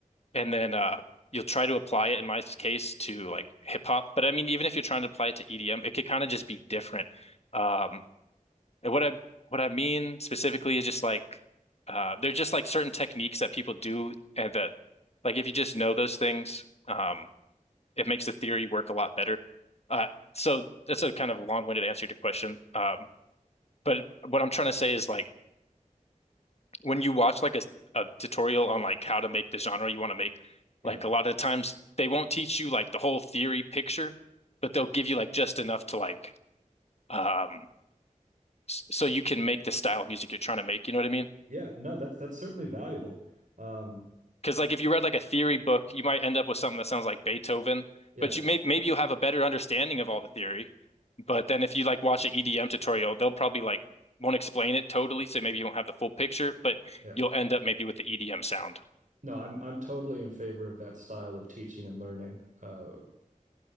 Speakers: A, on the left (about 50°); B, on the right (about 70°).
A: And then, uh, you'll try to apply it in my case to like hip hop. But I mean, even if you're trying to apply it to EDM, it could kind of just be different. Um, and what I, what I mean specifically is just like, uh, they're just like certain techniques that people do and that like, if you just know those things, um, it makes the theory work a lot better. Uh, so that's a kind of long-winded answer to your question. Um, but what I'm trying to say is like when you watch like a, a tutorial on like how to make the genre you want to make,
B: Yeah.
A: like a lot of times they won't teach you like the whole theory picture, but they'll give you like just enough to like um, so you can make the style of music you're trying to make. You know what I mean?
B: Yeah. No, that's that's certainly valuable. Um,
A: Because like if you read like a theory book, you might end up with something that sounds like Beethoven,
B: yeah.
A: but you may maybe you'll have a better understanding of all the theory. But then if you like watch an EDM tutorial, they'll probably like won't explain it totally, so maybe you don't have the full picture, but
B: Yeah.
A: you'll end up maybe with the EDM sound.
B: No, I'm I'm totally in favor of that style of teaching and learning. Uh,